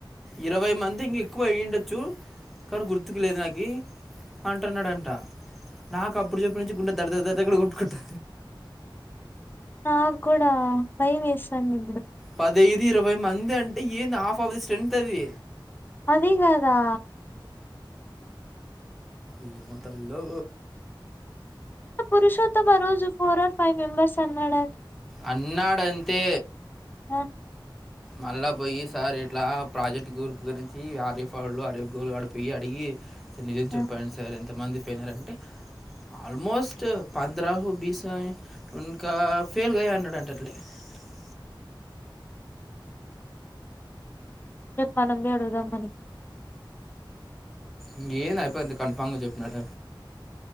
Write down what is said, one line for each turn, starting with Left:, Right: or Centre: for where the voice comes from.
Centre: ఇరవై మంది ఇంక ఎక్కువ అయ్యండొచ్చు కానీ గుర్తుకు లేదు నాకి అంటున్నాడంట నాకు అప్పుడు చెప్పి నుంచి గుండె దడ దడ దడ కొట్టు
Left: ఆ కూడ బై మేస్తంది
Centre: పదహైదు ఇరవై మంది అంటే ఏం హాఫ్ ఆఫ్ ది స్ట్రెంత్ అది
Left: అదే కదా
Centre: ఏమో తల్లో
Left: పురుషుతమ్ ఆ రోజు ఫోర్ ఆర్ ఫైవ్ మెంబర్స్ అన్నాడా
Centre: అన్నాడంతే
Left: ఆ,
Centre: మళ్ళా పోయి సార్ ఇట్లా ప్రాజెక్ట్ గూప్ గురించి హరీఫ్ వాలు అరీఫ్ గ ఆడిపోయి అడిగి స నిజం చెప్పండి
Left: ఆ,
Centre: సార్ ఎంతమంది పోయినారంటే ఆల్మోస్ట్ పంద్రహు బిస ఏ ఉన్క <unintelligible>
Left: మనం పోయి అడుగుదాం <inaudible>
Centre: ఇంకేం అయిపోయింది కన్ఫామ్గా చెప్పినడ